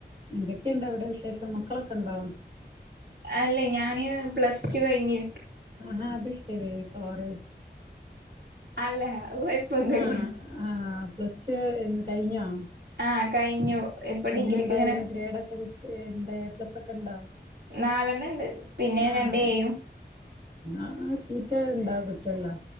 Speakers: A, on the right; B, on the right.
A: എന്തൊക്കെയുണ്ട് ഇവിടെ വിശേഷം മക്കളൊക്കെ ഉണ്ടോ?
B: അല്ലെ ഞാന് പ്ലസ്റ്റു കയ്ഞ്ഞ്
A: ആഹാ അത് ശരി സോറി.
B: അല്ല അത് കൊഴപ്പൊന്നുല്ല
A: ആഹ ആഹ ആ ആ പസ്റ്റു എന്ന് കഴിഞ്ഞോ?
B: ആ കഴിഞ്ഞു ഇപ്പൊ
A: എങ്ങനെ
B: ഡിഗ്രിക്ക്
A: ഇണ്ടായിരുന്നു
B: ഇങ്ങനെ
A: ഗ്രേഡ ഒക്കെ കിട്ടി എന്താ എ പ്ലസ് ഒക്കെ ഉണ്ടോ?
B: നാലെണ്ണം ഇണ്ട് പിന്നെ
A: ആഹ
B: രണ്ട് എയും
A: ആഹ സീറ്റൊഴ് വ്ണ്ടാവും കിട്ടോല്ലോ?